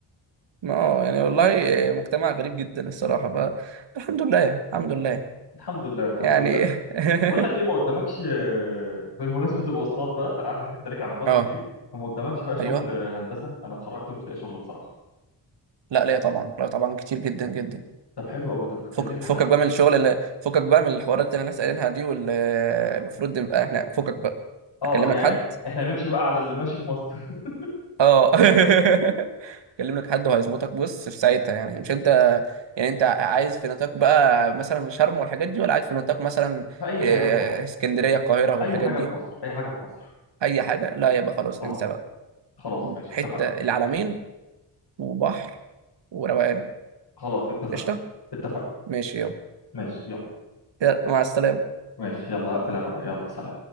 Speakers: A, on the right; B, on the left.
A: ما اه يعني والله مجتمع غريب جدا الصراحة فالحمد لله الحمد لله
B: الحمد لله الحمد
A: يعني
B: لله
A: <laughs>
B: بقول لك ايه ما قدامكش آه، بالمناسبه الواسطات بقى انا عارف ان انت ليك علاقات
A: اه
B: كتير فما قدامكش بقى شغل
A: ايوه
B: هندسه انا اتخرجت ومش لاقي شغل بصراحه
A: لا ليا طبعا لا طبعا كتير جدا جدا
B: طب حلو قوي طب ما تكلمني
A: فك فكك
B: حد
A: بقى من الشغل اللي فكك بقى من الحوارات اللي الناس قايلينها دي واللي المفروض نبقى احنا فكك بقى
B: اه
A: هكلم
B: يعني
A: لك حد
B: إح- احنا هنمشي بقى على اللي ماشي في مصر <laughs>
A: اه <laughs> هكلم لك حد وهيظبطك بص في ساعتها يعني مش انت يعني انت عايز في نطاق بقى مثلا شرم والحاجات دي ولا عايز في نطاق مثلا
B: في اي
A: إيه،
B: حاجه في مصر
A: اسكندرية القاهرة والحاجات
B: اي حاجه
A: دي
B: في مصر اي حاجه في مصر
A: اي حاجة لا يبقى خلاص
B: اه
A: انسى بقى
B: خلاص ماشي
A: حتة
B: اتفقنا
A: العلمين وبحر وروقان
B: خلاص اتفقنا
A: قشطة
B: اتفقنا
A: ماشي يلا
B: ماشي يلا
A: يلا، مع السلامة
B: ماشي يلا هقفل انا بقى يلا سلام